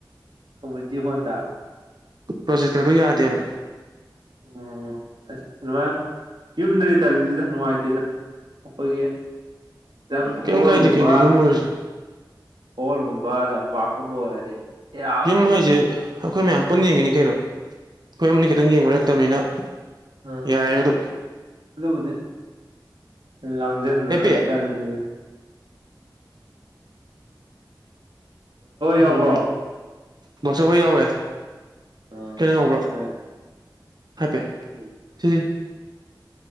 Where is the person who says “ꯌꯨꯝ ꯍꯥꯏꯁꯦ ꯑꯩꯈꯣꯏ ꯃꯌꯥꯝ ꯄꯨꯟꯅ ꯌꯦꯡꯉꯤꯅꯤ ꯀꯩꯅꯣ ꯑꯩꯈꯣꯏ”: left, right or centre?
Right